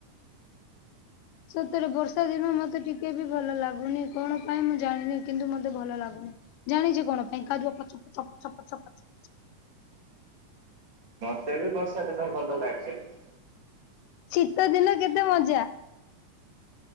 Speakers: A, on the left (about 90°); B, on the right (about 40°).
A: ସତରେ, ବର୍ଷା ଦିନ ମତେ ଟିକେ ବି ଭଲ ଲାଗୁନି। କଣ ପାଇଁ ମୁଁ ଜାଣିନି? କିନ୍ତୁ ମତେ ଭଲ ଲାଗୁନି। ଜାଣିଛୁ କଣ ପାଇଁ? କାଦୁଅ ପଚ ପଚ ପଚ ପଚ ପଚ।
B: ମତେ ବି ବର୍ଷା ଦିନ ଭଲ ଲାଗେ ନି?
A: ଶୀତ ଦିନ କେତେ ମଜା।